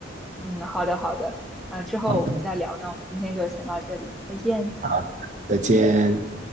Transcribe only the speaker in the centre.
嗯，好的好的，那之后我们再聊。
那我们今天就先到这里，再见。